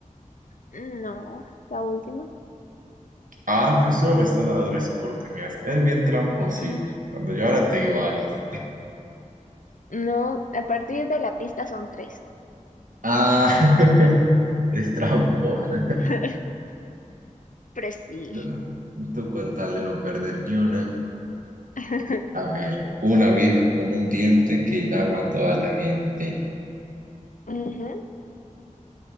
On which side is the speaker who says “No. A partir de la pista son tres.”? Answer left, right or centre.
Left